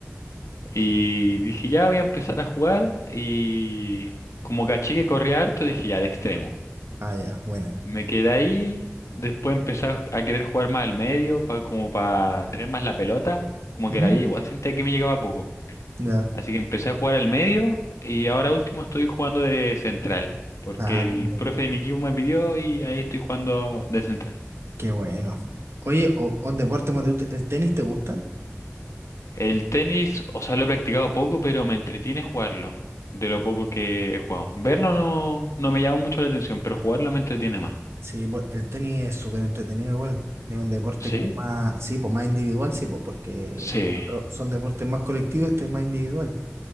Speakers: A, on the left; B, on the right.
A: Y dije, ya voy a empezar a jugar y como caché que corría harto, dije, ya, de extremo.
B: Ah, ya, bueno.
A: Me quedé ahí, después empecé a a querer jugar más al medio, pa- como para tener más la pelota, como
B: ¿Mm?
A: que la liga igual sentía que me llegaba poco.
B: Ya.
A: Así que empecé a jugar al medio y ahora último estoy jugando de central, porque
B: Ah,
A: el
B: bueno,
A: profe de mi equipo me pidió y ahí estoy jugando de central.
B: qué bueno. Oye, o, o un deporte, Mateo, ¿el tenis te gusta?
A: El tenis, o sea, lo he practicado poco, pero me entretiene jugarlo, de lo poco que he jugado. Verlo no, no me llama mucho la atención, pero jugarlo me entretiene más.
B: Sí, pues, el tenis es súper entretenido igual. Es un deporte
A: ¿Sí?
B: como más, sí, pues más individual, sí, pues, porque
A: Sí.
B: los otros son deportes más colectivos, este es más individual,